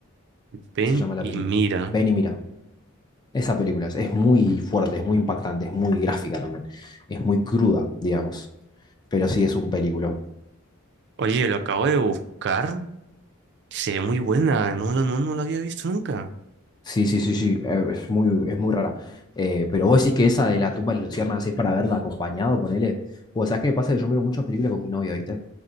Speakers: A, on the right (about 55°); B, on the left (about 20°).
A: Ven
B: se llama la
A: y
B: película.
A: mira.
B: Ven y mira. Esa película es, es muy fuerte, es muy impactante, es muy gráfica también. Es muy cruda, digamos. Pero sí es un peliculón.
A: Oye, lo acabo de buscar. Se ve muy buena. No, la- no, no la había visto nunca.
B: Sí, sí, sí, sí. eh, Es muy, es muy rara. Eh, pero vos decís que esa de la tumba de las luciérnagas es para verla acompañado, ponele. Pues, ¿sabes qué me pasa? Yo miro muchas películas con mi novia, ¿viste?